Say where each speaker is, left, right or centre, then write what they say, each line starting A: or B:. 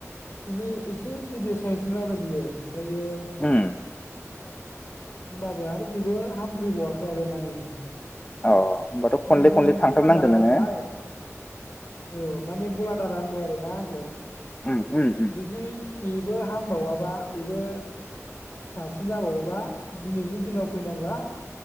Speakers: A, on the left; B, on the left.
A: बिनि एसे गिदिर साइजमोन आरो बेयो ओमफायो।
B: उम
A: होमबाबो आरो बेबो हामफैबावाखै आरो माने दा
B: अ होमबाथ' खनले
A: ओमफ्राय
B: खनले थांथारनांदों
A: दखानदारा
B: नोङो
A: होनबाय औ माने गलादारा होनबाय आरोना आंखौ
B: उम उम उम
A: जुदि बेबो हामबावाबा बेबो फिसासिन जाबावोबा दिनैनि दिनाव फैनांला